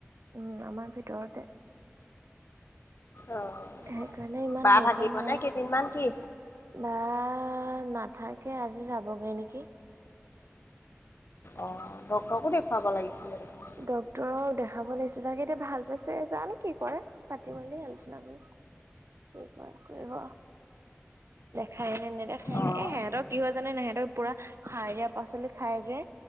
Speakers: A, on the right; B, on the left.
A: উম আমাৰ ভিতৰতে
B: অ'
A: সেইকাৰণে ইমান
B: বা
A: সেকে
B: থাকিবনে
A: নাই।
B: কেইদিনমান কি
A: বা নাথাকে আজি যাবগে নেকি।
B: অ' ডক্তৰকো দেখুৱাব লাগিছিলে। দেখোন
A: ডক্তৰক দেখাব লাগছিলে, আগতকে এতিয়া ভাল পাইছে জানো কি কৰে। পাতি মেলি জানো কি কৰে কৰিব। খাইনে নে নেদেখাইনে
B: অ'
A: এ সিহঁতৰ কি হয় জানে ন সিহ'তৰ পুৰা সাৰ দিয়া পাচলি খাই যে,